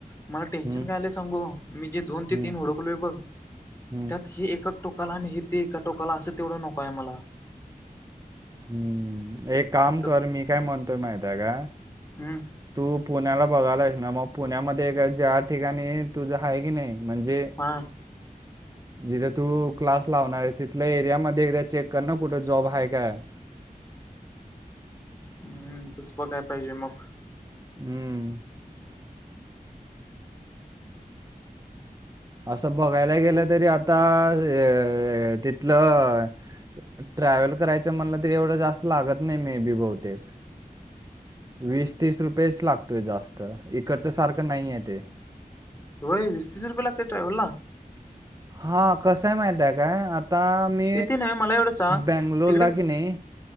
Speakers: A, on the left (about 20°); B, on the right (about 25°).
A: मला टेन्शन
B: हम्म.
A: काय आलंय सांगू मी जे दोन ते
B: हम्म,
A: तीन ओडखलोय बघ.
B: हम्म,
A: त्यात हे एकाक टोकाला आणि हे ते एका टोकाला असं तेवढं नको आहे मला.
B: हम्म एक काम
A: तस
B: कर मी काय म्हणतोय माहित आहे का.
A: हम्म
B: तू पुण्याला बघायला आहेस ना मग पुण्यामध्ये एक ज्या ठिकाणी तुझं आहे की नाही म्हणजे.
A: हा,
B: जिथे तू क्लास लावणार आहे तिथल्या एरिया मध्ये एकदा चेक कर ना कुठं जॉब आहे काय.
A: हूं तस प काय पाहिजे मग.
B: हूं! असं बघायला गेलं तरी आता ए तिथलं. ट्रॅवल करायचं म्हनल तरी एवढं जास्त लागत नाही मे बी बहुतेक. वीस तीस रुपयेच लागतोय जास्त, इकडच्या सारखं नाही आहे ते.
A: होय वीस तिस रुपये लागते ट्रॅव्हलला.
B: हा कसंय माहित आहे काय आता मी
A: ए ते नव्हे मला एवढं सांग
B: बेंगलोला
A: तिकडे
B: की नाही